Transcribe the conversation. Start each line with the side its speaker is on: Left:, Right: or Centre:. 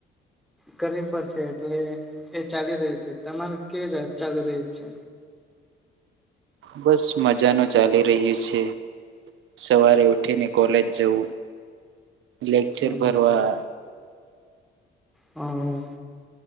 Centre: કરવી પડશે એટલે એ ચાલી રહ્યું છે તમારે કેવી ચાલી રહી છે
Right: બસ મજા નુ ચાલી રહ્યું છે સવારે ઉઠીને કોલેજ જવું લેક્ચર
Centre: હમ
Right: ભરવા
Centre: હમ